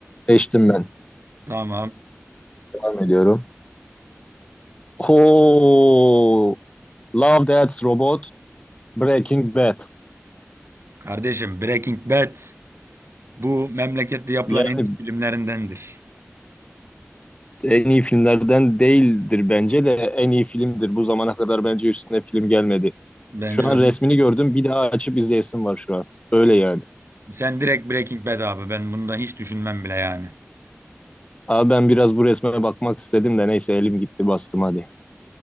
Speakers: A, on the left (about 25°); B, on the right (about 60°).
A: Seçtim ben.
B: Tamam.
A: Devam ediyorum. Oo, Love Death Robot. Breaking Bad.
B: Kardeşim Breaking Bad bu memlekette yapılan
A: Yani
B: en iyi filmlerindendir.
A: en iyi filmlerden değildir bence de en iyi filmdir. Bu zamana kadar bence üstüne film gelmedi.
B: Bence
A: Şu an
B: de
A: resmini
B: bu.
A: gördüm bir daha açıp izleyesim var şu an. Öyle yani.
B: Sen direkt Breaking Bad abi. Ben bundan hiç düşünmem bile yani.
A: Abi ben biraz bu resme bakmak istedim de neyse elim gitti bastım hadi.